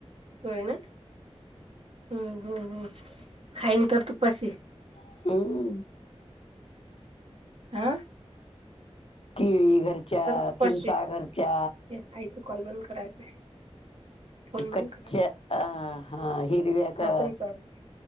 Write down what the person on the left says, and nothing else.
नाही हम्म.
केळी घरच्या,
चिंचा घरच्या,
कच्च्या
अ ह हिरव्या
का?